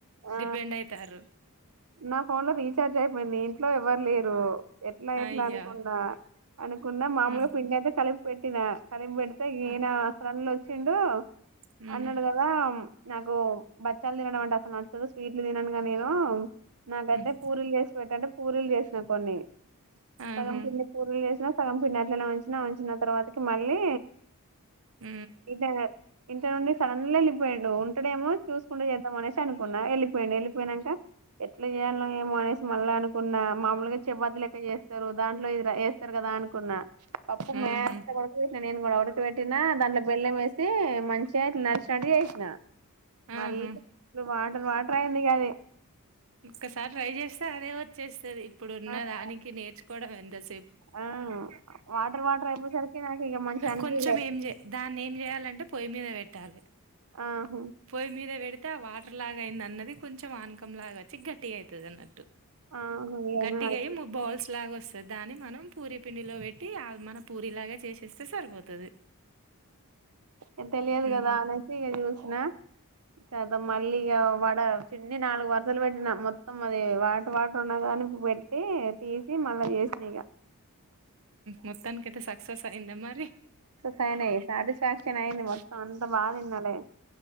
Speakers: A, on the right; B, on the right.
A: ఆ
B: డిపెండ్ అయితారు
A: నా ఫోన్ లో రీచార్జ్ అయిపోయింది ఇంట్లో ఎవ్వరు లేరు ఎట్లా ఎట్లా
B: అయ్యా
A: అనుకున్నా అనుకున్న మామలు
B: హ్మ్
A: పిండి అయితే కలుపు పెట్టినా కలిపి పెట్ అయినా
B: హ్మ్
A: అసలు వచిండు
B: హ్మ్
A: అన్నాడు కదా నాక్ ఓ బచ్చాలు తినడం అంటే అస్సలు నచ్చదు స్వీట్లు తిననుగా నేను నాకైతే
B: హ్మ్
A: పూరిలు చేసి పెట్టండి పూరీలు చేసినా కొన్ని
B: ఆహా
A: సగం పిండి పూరీలు చేసిన సగం పన్నట్లనే ఉంచినా వంచిన తర్వాతకి మళ్ళీ
B: ఊ
A: ఇట ఇంటి నుండి సడన్ లీ వెళ్లిపోయిండు ఇక్కడేమో చూసుకుంట చేద్దాం అనేసి అనుకున్నా వెళ్ళిపోయిండు వెళ్ళిపోయినాక ఎట్లా చేయాలనో ఏమో అనేసి మళ్ళా అనుకున్నా మామూలుగా చపాతి లెక్క చేస్తారు దాంట్లో ఇది వేస్తారు కదా అనుకున్నా పప్పు మే
B: ఆహా
A: త నేన్ మట్ కి పెట్టినా దాంట్లో బెల్లం వేసి మంచిగా ఇ నలచినట్లు చేసిన మళ్ళీ
B: ఆహా
A: ఇ వాటర్ వా ట్రైన్ ది కాదే
B: ఒక్కసారి ట్రై చేస్తే అదే వచ్చేస్ ఇత్తది ఇప్పుడు ఉన్న
A: ఆ
B: దానికి నేర్చు కూడదం పెేపు
A: ఆ వాటర్ వాటర్ అయిపోసరికి నాకు ఇక మంచిగా అనిపియలే
B: కొంచం ఏం దాన్ని ఏం చేయాలంటే పొయ్యి మీద పెట్టాలి
A: ఆహా
B: పోయి మీద వెడుతే అ ఆ వాటర్ లాగా అయింది అన్నది కొంచెం ఆనకం లాగాచ్చ చిగ్టి అయితుదన
A: ఆహా ఇగ
B: గట్టిగా
A: అది
B: బౌల్ లా వస్తంది దాని మన ం పూరి పిండిలో పెట్టి మన పూరి లాగా చేసేస్తే సరిపోతుది
A: ఉ తెలియదు
B: ఉహు
A: కదా అ నసి ఇక చూసిన కదా మళ్ళీ ఇక వడ చిన్ని నాలుగు వరుసలు పెట్టిన మొత్తం అది వాటర్ వాటర్ ఉన్న కాని పెట్టి తీసి మళ్ళా చేసిన ఇక
B: మొత్తానికి కతే సక్సస్ా ఇ మరి
A: సయి సాటిస్ఫాక్షన్ అయింది మొత్తం అంతా బాగాన్నలే